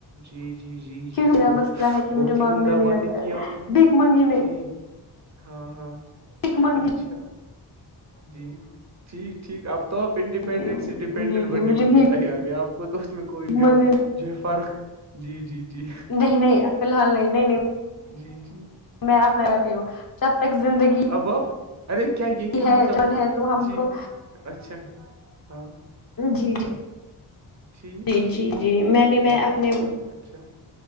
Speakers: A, on the right; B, on the left.
A: جی جی جی جی
B: میرا
A: بہت
B: مسئلہ ہے کہ
A: بہت
B: مجھے مانگنا
A: ہی عمدہ
B: نہیں
A: باتیں
B: آتا
A: کیا
B: ہے
A: آپ نے
B: بھیک مانگی میں
A: جی ہاں ہاں
B: بھیک مانگی
A: اچھا جی ٹھیک ٹھیک آپ تو آپ انڈیپینڈنٹ
B: جی
A: سے ڈیپینڈنٹ
B: جی جی
A: بننے
B: مجھے
A: کو بھی
B: بھیک
A: تیار ہے آ کو تو اس میں کوئی بھی
B: مانگنے
A: آپ جی فرق جی جی جی
B: نہی نہیں فیلحال نہیں نہیں نہیں
A: جی جی
B: میں اپنا کر رہی ہوں جب تک زندگی
A: اباب ارے کیا یہ کیا
B: ہے
A: مطلب
B: جان ہے تو ہم
A: جی
B: کو
A: اچھا ہاں
B: جی
A: اچھا
B: جی
A: ٹھیک
B: جی
A: ٹھیک
B: جی جی میں نے
A: ہاں
B: میں اپنے
A: اچھا